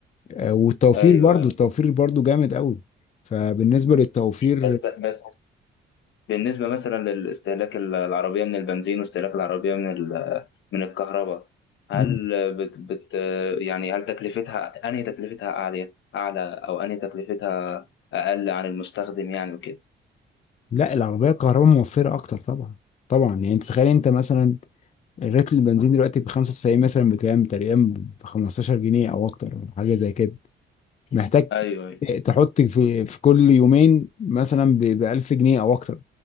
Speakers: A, on the left; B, on the left.
A: آه، والتوفير
B: ايوه
A: برضو
B: أيوة.
A: التوفير برضو جامد قوي فبالنسبة للتوفير
B: بس بس بالنسبة مثلا للاستهلاك العربية من البنزين واستهلاك العربية من ال- من الكهرباء هل
A: مم.
B: بت بت يعني هل تكلفتها أنهي تكلفتها أعلى أعلى أو أنهي تكلفتها أقل عن المستخدم يعني وكده
A: لا العربية الكهرباء موفرة اكتر طبعا طبعا يعني انت تخيل انت مثلا الريت البنزين دلوقتي ب 95 مثلا بكام تقريبا ب 15 جنيه او اكتر حاجة زي كده محتاج
B: أيوه أيوه
A: تحط في في كل يومين مثلا ب 1000 جنيه او اكتر